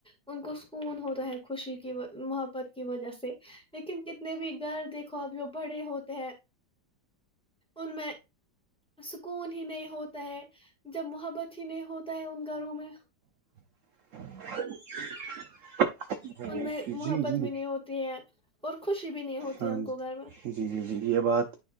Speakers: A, in the centre; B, on the right.
A: ان کو سکون ہوتا ہے خوشی کی محبت کی وجہ سے لیکن کتنے بھی گھر دیکھو آپ جو بڑے ہوتے ہیں ان میں سکون ہی نہیں ہوتا ہے جب وہ محبت ہی نہیں ہوتا ہے ان گھروں میں
B: <unintelligible>
A: ان میں محبت
B: جی جی
A: بھی نہیں ہوتی ہے اور خوشی بھی نہیں ہوتی
B: ہاں
A: ہے ان کو گھر میں
B: جی جی جی یہ بات